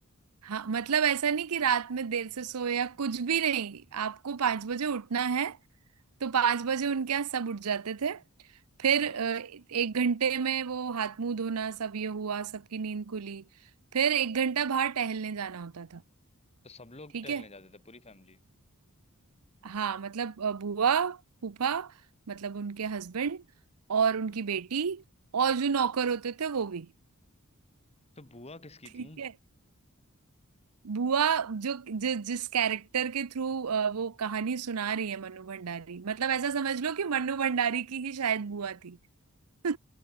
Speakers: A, on the right; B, on the left.
A: हाँ मतलब ऐसा नहीं कि रात में देर से सोए या कुछ भी नहीं आपको पांच बजे उठना है तो पांच बजे उनके यहाँ सब उठ जाते थे फिर
B: हाँ
A: अ, एक घंटे में वो हाथ मुंह धोना सब ये हुआ सबकी नींद खुली फिर
B: हम्म।
A: एक घंटा बाहर टहलने जाना होता था
B: तो सब लोग
A: ठीक
B: टहलने
A: है
B: जाते थे पूरी फैमिली
A: हाँ मतलब अ, बुआ फूफा मतलब उनके हस्बैंड और उनकी बेटी और जो नौकर होते थे वो भी
B: तो बुआ किसकी
A: ठीक
B: थी
A: है बुआ जो जि, जिस कैरेक्टर के थ्रू वो कहानी सुना रही है मनु भंडारी मतलब ऐसा समझ लो कि मनु भंडारी की ही शायद बुआ थी <laughs>